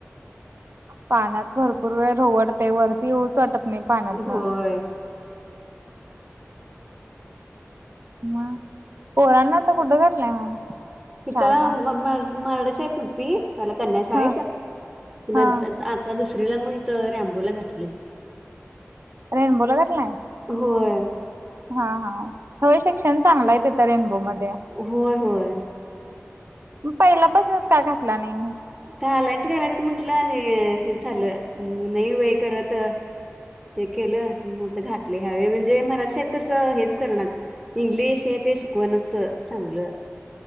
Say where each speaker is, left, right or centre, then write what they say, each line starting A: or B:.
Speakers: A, on the right; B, on the right.
A: पाण्यात भरपूर वेळ राहू वाटतयं वरती येऊच वाटत नाही पाण्यातन
B: होय
A: म पोरांना आता कुट घातलाय मग
B: तिथं
A: शाळेला
B: म मरडच य होती त्याला कन्या शाळेत
A: हा हा
B: नंतर आ आता दुसरीला मग तर रमबोला घातली
A: रेनबोला गातलाय
B: होय
A: हा हा हो शिक्षण चांगलाय तित रेनबो मध्ये
B: होय होय
A: पहिल्यापासूनच काय घातला नाइ
B: घालायच घालायचं म्हंटलं आणि हेच झालं नइ वय करत हे केलं मग ते घाटले ह्यावे म्हणजे मराठी शाेत कस हेच करणार इंग्लिश हे ते शिकवणचं चांगलं